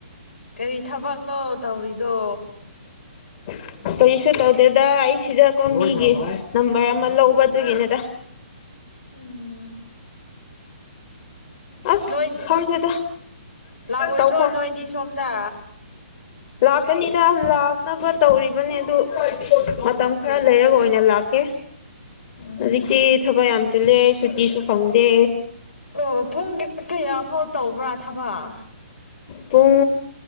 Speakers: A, on the left (about 90°); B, on the left (about 40°).
A: ꯀꯔꯤ ꯊꯕꯛꯅꯣ ꯇꯧꯔꯤꯗꯣ
B: <inaudible> ꯀꯔꯤꯁꯨ ꯇꯧꯗꯦꯗ ꯑꯩꯁꯤꯗꯀꯣ ꯃꯤꯒꯤ ꯅꯝꯕꯔ ꯑꯃ ꯂꯧꯕꯗꯨꯒꯤꯅꯦꯗ
A: ꯎꯝ
B: ꯑꯁ
A: ꯅꯣꯏ
B: ꯈꯪꯗꯦꯗ
A: ꯂꯥꯛꯑꯣꯏꯗ꯭ꯔꯣ
B: ꯇꯧꯐꯝ
A: ꯅꯣꯏꯗꯤ ꯁꯣꯝꯗ
B: ꯂꯥꯛꯀꯅꯤꯗ ꯂꯥꯛꯅꯕ ꯇꯧꯔꯤꯕꯅꯦ ꯑꯗꯨ ꯃꯇꯝ
A: ꯎꯝ
B: ꯈꯔ ꯂꯩꯔꯒ ꯑꯣꯏꯅ ꯂꯥꯛꯀꯦ
A: ꯎꯝ
B: ꯍꯧꯖꯤꯛꯇꯤ ꯊꯕꯛ ꯌꯥꯝ ꯆꯤꯜꯂꯦ ꯁꯨꯇꯤꯁꯨ ꯐꯪꯗꯦ
A: ꯑꯣ ꯄꯨꯡ ꯀꯌꯥ ꯐꯥꯎ ꯇꯧꯕ꯭ꯔꯥ ꯊꯕꯛ
B: ꯄꯨꯡ